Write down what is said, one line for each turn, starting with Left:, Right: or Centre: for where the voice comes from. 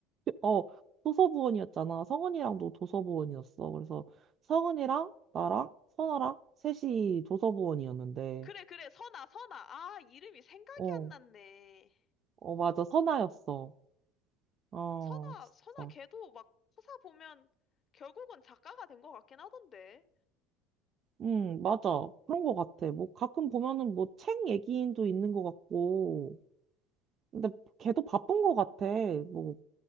Right: 어, 도서부원이었잖아. 성은이랑도 도서부원이었어. 그래서 성은이랑 나랑 선아랑 셋이 도서부원이었는데,
Left: 그래, 그래. 선아, 선아. 아, 이름이 생각이
Right: 어,
Left: 안 났네.
Right: 어, 맞아. 선아였어. 어,
Left: 선아,
Right: 진짜.
Left: 선아 걔도 막 서사 보면 결국은 작가가 된 것 같긴 하던데.
Right: 응, 맞아. 그런 거 같아. 뭐 가끔 보면은 뭐 책 얘기인도 있는 거 같고. 근데 걔도 바쁜 거 같아. 뭐